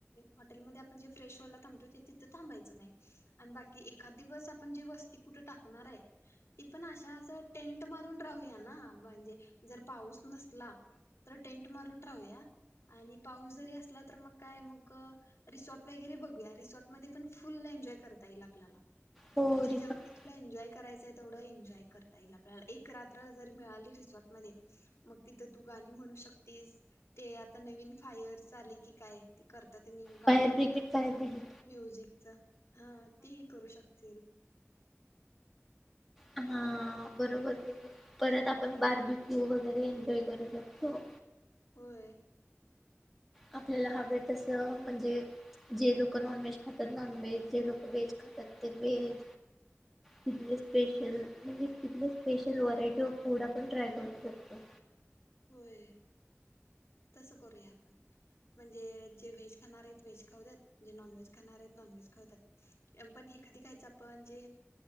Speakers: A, on the left; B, in the centre.
A: हॉटेल मध्ये आपण जे फ्रेशव्याला थांबतोय ते तिथं थांबायचं नाही, आणि बाकी एखाद दिवस आपण जी वस्ती कुठ टाकणार हाय, ती पण अशा टेंट मारून राहूया ना! म्हणजे जर पाऊस नसला तर टेंट मारून राहूया आणि पाऊस जरी असला तर मग काय मग अ रिसॉट वगैरे बघूया रिसॉर्ट मध्ये पण फुल एन्जॉय करता येईल आपल्याला.
B: हो
A: तुझी
B: रिफंड
A: जेवढी तुला एन्जॉय करायचं तेवढं एन्जॉय करता येईल आपल्याला एक रात्र जर मिळाली रिसॉर्टमध्ये मग तिथं तू गाणी म्हणू शकतीस ते आता नवीन फायर च आलाय की काय ते कर. आता त्यांनी गाणी
B: फायर
A: म्हणतात.
B: ब्रिगेड फायर ब्रिगेड
A: <inaudible> म्युझिकचं हा तेही करू शकतील.
B: हा हा. बरोबर परत आपण बारबी क्यू वगैरे एन्जॉय करू शकतो.
A: होय.
B: आपल्याला हव तसं म्हणजे जे लोक नॉनव्हेज खातात नॉनव्हेज जे लोक व्हेज ते व्हेज किल्ले स्पेशल म्हणजे किल्ले स्पेशल व्हरायटी ऑफ फूड आपण ट्राय करू शकतो.
A: होय. तसं करूया आपण म्हणजे जे व्हेज खाणार आहेत व्हेज खाऊ द्यात जे नॉन व्हेज खाणार आहेत नॉनव्हेज खाऊद्यात पण हे कधी खायचं आपण ते